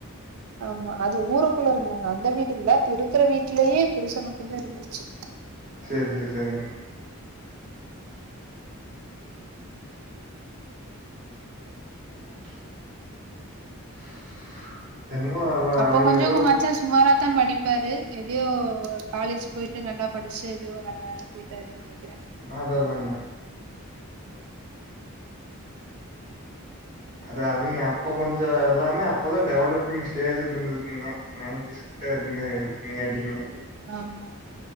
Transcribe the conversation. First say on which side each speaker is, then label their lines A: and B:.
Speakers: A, on the right (about 70°); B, on the right (about 35°).
A: ஆமா அது ஊருக்குள்ல இருந்தாங்க அந்த வீடு இல்ல இப்ப இருக்கற வீட்லியே குடுச மட்டுந்தா இருந்துச்சி
B: சேர் செ செரிங்க <inaudible> அவ
A: அப்போ
B: அவிங்க
A: கொஞ்சோ
B: ஏதோ
A: உங்க மாச்சா சுமாரா த்தா படிப்பாரு எப்டியோ காலேஜ் போயிட்டு நல்லா படிச்சு எப்டியோ நல்லா வேலைக்கு போயிட்டாருன் நெனைக்கிறே
B: அதா அதாங்க அது அவங்க அப்ப கொஞ்ச எல்லாமே அப்பதா டெவலப்பிங் ஸ்டேஜ்ல இருந்ததுங்க நைன்டிஸ்கு தா இருங்க இருக்குங்க அப்டிங்கு
A: ஆமா